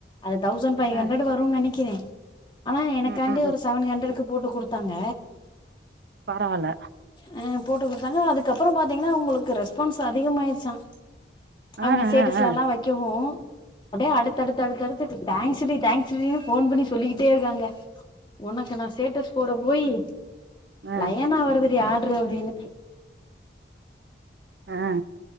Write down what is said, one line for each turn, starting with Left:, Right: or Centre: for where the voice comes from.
Left: அது தௌசண்ட் ஃபைஹண்ரட்டு
Right: அ
Left: வர் ரும் நெனக்கிறே ஆனா எனக்காண்டி
Right: ம் ம் ம்
Left: ஒரு சவன் ஹண்ரடுக்கு போட்டு குடுத்தாங்க
Right: பரவால்ல
Left: அ போட்டு குடுத்தாங்க அதுக்கு அப்பற பாத்தீங்கன்னா அவுங்குளுக்கு ரெஸ்பான்ஸ் அதிகமாயிர்ச்சா அவுங்க
Right: அ
Left: சேட்டஸ்லல்லா
Right: அ அ
Left: வக்கவு அப்டே அடுத் தடுத் தடுத் தடுத்து து தேங்க்ஸுடி தேங்க்ஸ் ஸு ஃபோன் பண்ணி சொல்லிக்கிட்டே இருக்காங்க உனக்கு நா ஸ்டேட்டஸ் போட போயி
Right: அ
Left: லயனா வருது ஆட்ரு அப்டினு
Right: அ அ